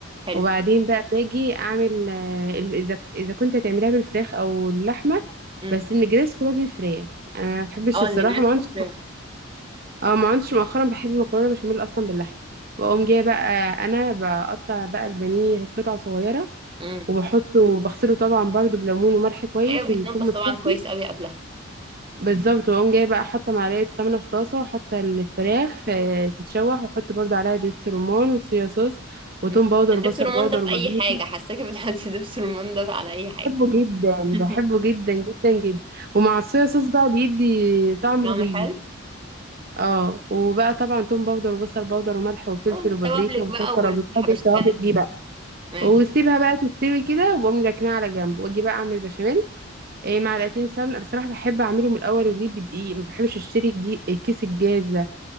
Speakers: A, on the right (about 25°); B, on the right (about 45°).
A: حلو
B: وبعدين بقى باجي اعمل آه، اذا اذا كنت هتعمليها بالفراخ او اللحمه
A: امم
B: بس النجريسكو لازم فراخ انا ما بحبش
A: اه
B: الصراحه
A: النجريسكو
B: ما عندش
A: فراخ
B: اه ما عندش مؤخرا بحب مكرونه بشاميل اصلا باللحمه واقوم جايه بقى آه، انا بقطع بقى البانيه قطع صغيره
A: امم
B: وبحطه بغسله طبعا برضو بليمون وملح كويس
A: ايوه بيتنضف
B: ويكون متصفي
A: طبعا كويس قوي قبلها
B: بالظبط واقوم جايه بقى حاطه معلقه سمنه في طاسه وحاطه الفراخ آه، تتشوح واحط برضو عليها دبس رمان وصويا صوص وتوم
A: مم.
B: باودر
A: دبس
B: وبصل
A: رمان
B: باودر
A: ده في
B: وبابريكا
A: اي حاجه حاساكي بتحطي دبس رمان ده على اي حاجه
B: بحبه جدا
A: <laughs>
B: بحبه جدا جدا جدا ومع الصويا صوص بقى بيدي طعم
A: طعمه
B: رهيب
A: حلو
B: اه وبقى طبعا توم باودر وبصل باودر وملح وفلفل
A: اه التوابلك
B: وبابريكا وسكر
A: بقى والحبشتكنات
B: وبتحبي التوابل دي
A: دي
B: بقى
A: ماشي
B: وسيبها بقى تستوي كده وبقوم راكناها على جنب واجي بقى اعمل بشاميل إيه معلقتين سمنه بصراحه بحب اعمله من الاول وجديد بالدقيق ما بحبش اشتري الجي- الكيس الجاهز ده